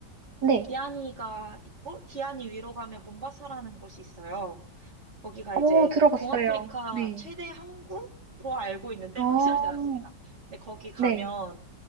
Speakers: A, on the right; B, on the right.
A: 네.
B: 디아니가 있고 디아니 위로 가면 몬바사라는 곳이 있어요. 거기가
A: 어,
B: 이제
A: 들어봤어요.
B: 동아프리카
A: 네.
B: 최대 항구로 알고 있는데
A: 어,
B: 확실하진 않습니다. 근데 거기 가면
A: 네.